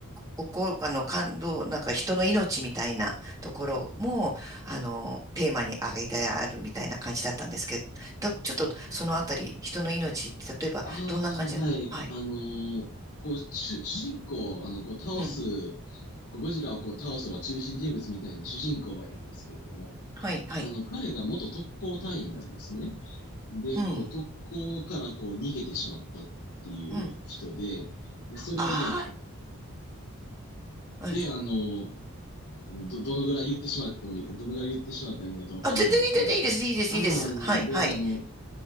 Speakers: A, on the right; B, on the left.
A: ここ、あの、感動、なんか人の命みたいなところも、あの、テーマに挙げてあるみたいな感じだったんですけど、ちょっとそのあたり、人の命って、例えば、
B: ああ、
A: どんな感じなはい。
B: はい。あのーこう、主、主人公を、あの、こう、倒す、
A: うん。
B: こう、ゴジラをこう倒す、まあ、中心人物みたいな主人公がいるんですけれども、
A: はい、はい。
B: あの、彼が元特攻隊員なんですね。で、
A: うん。
B: こう、特攻からこう、逃げてしまったっていう人で、
A: うん。
B: で、それをも
A: ああ、
B: う、で、
A: うん。
B: あの、あのど、どのぐらい言ってしまってもいい、どのぐらい言ってしまったらいいのかとわかんないんですけど、
A: あ、全然いい、全然いいです、いいです、
B: ああ、
A: いいです。
B: あの、
A: はい、
B: で、
A: はい。
B: あの、